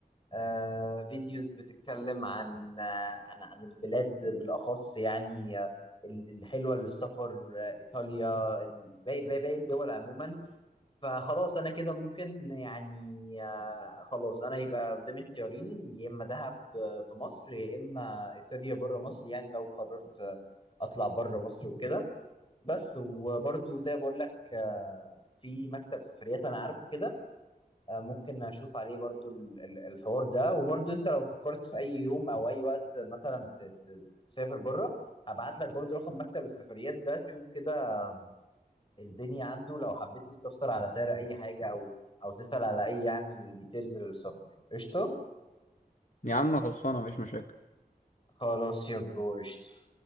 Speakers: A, on the left; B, on the left.
A: آه فيديوز بتتكلم عن آه عن عن البلاد بالاخص يعني آه ال- الحلوه للسفر آه ايطاليا ال- باقي باقي باقي الدول عموما فخلاص انا كده ممكن يعني آه، خلاص انا يبقى قدامي اختيارين يا اما دهب آه، في مصر يا اما ايطاليا بره مصر يعني لو قررت آه، اطلع بره مصر وكده بس وبرضو زي ما بقول لك آه، في مكتب سفريات انا عارفه كده آه، ممكن اشوف عليه برضو ال- ال- الحوار ده وبرضو انت لو فكرت في اي يوم او اي وقت مثلا ت- ت- تسافر بره هبعت لك برضو رقم مكتب السفريات ده تشوف كده الدنيا عنده لو حبيت تستفسر على سعر اي حاجه او او تسأل على اي يعني ديتيلز للسفر قشطه
B: يا عم خلصانه مفيش مشاكل
A: خلاص يا برو قشطه